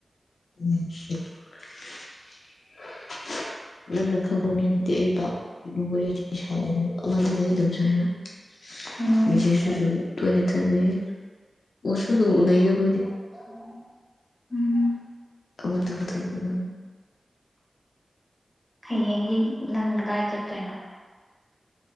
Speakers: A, on the left; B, in the centre.
A: <unintelligible> ꯅꯪꯅ ꯈꯪꯕ ꯃꯤ ꯅꯠꯇꯦ ꯑꯩ ꯄꯥꯎ ꯔ ꯁꯦ ꯑꯗꯝꯁ <unintelligible>
B: ꯎꯝ
A: ꯃꯦꯁꯦꯁꯁꯨ ꯑꯗꯨꯝ ꯇꯣꯏꯅꯩ ꯊꯥꯅꯩ ꯎꯁꯨ ꯑꯗꯨꯝ ꯎꯅꯩꯗ ꯑꯩꯈꯣꯏ
B: <unintelligible> ꯎꯝ
A: <unintelligible>
B: ꯍꯥꯌꯦꯡꯗꯤ ꯅꯪ ꯀꯗꯥꯏ ꯆꯠꯇꯣꯏꯅꯣ